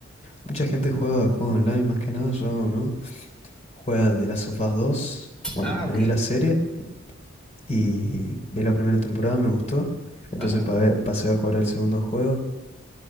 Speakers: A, on the left (about 35°); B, in the centre.
A: mucha gente juega juegos online, más que nada yo, ¿no? Juega al The Last of Us 2. Bueno,
B: Ah,
A: me
B: ok.
A: vi la serie y vi la primera temporada, me gustó. Entonces
B: Ajá,
A: pa- eh, pasé a jugar al segundo juego.